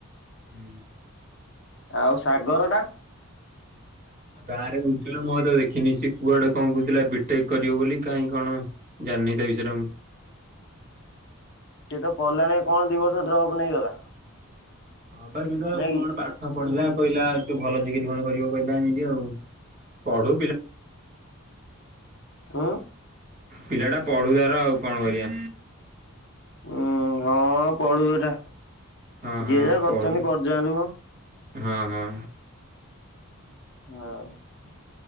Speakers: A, on the right (about 40°); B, on the left (about 60°).
A: ହୁଁ। <inaudible>
B: ଆଉ ସାଗରଟା।
A: ଗାଁରେ ବୁଲୁଥିଲା ମୁଁ ଆଉ ତାକୁ ଦେଖିନି ସେ କୁଆଡେ କଣ କହୁଥିଲା ବିଟେକ୍ କରିବ ବୋଲି କାହିଁ କଣ? ଜାଣିନି ତା ବିଷୟରେ ମୁଁ।
B: ସିଏତ କଲା ନାଇଁ କଣ ଦି ବର୍ଷ ଡ୍ରପ୍ ନେଇଗଲା।?
A: ହଁବା <unintelligible>
B: ନାଇଁ
A: କଣ
B: କି
A: ପା <inaudible> ହଁ ପଢିଲା କହିଲା ସବୁ ସେ ଭଲ ଚାକିରି କଣ କରିବ କହିଲା ଏମିତି ଆଉ ପଢୁ ପିଲା।
B: ଉୁଁ।
A: ପିଲାଟା ପଢୁ ତାର ଆଉ କଣ କରିବା।
B: ଉୁଁ ହଁ ପଢୁ ଏଟା
A: ହଁ ହଁ
B: ଯିଏ ଯାହା
A: ପଢୁ।
B: କରୁଛନ୍ତି କରିଯାନ୍ତୁମ।
A: ହଁ ହଁ।
B: ହଁ।